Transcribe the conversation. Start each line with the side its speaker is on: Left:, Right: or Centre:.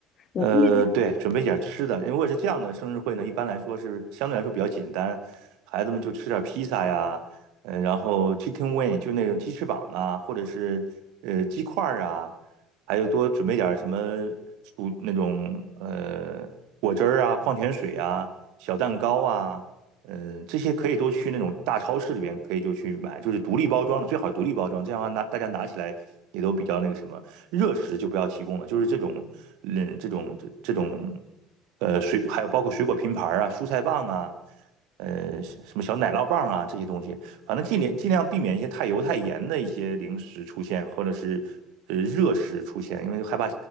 Left: 我估计他，
Right: 呃，对，准备点儿吃的。如果是这样的生日会呢，一般来说是相对来说比较简单，孩子们就吃点儿披萨呀，呃，然后 chicken wing 就那种鸡翅膀啊，或者是呃鸡块儿啊，还有多准备点儿什么薯那种呃果汁儿啊、矿泉水啊、小蛋糕啊，嗯、这些可以都去那种大超市里边可以就去买，就是独立包装的，最好独立包装，这样的话拿大家拿起来也都比较那个什么。热食就不要提供了，就是这种嗯这种这这种呃水，还有包括水果拼盘啊、蔬菜棒啊。呃，什么小奶酪棒啊，这些东西，反正尽量尽量避免一些太油太盐的一些零食出现，或者是呃热食出现，因为害怕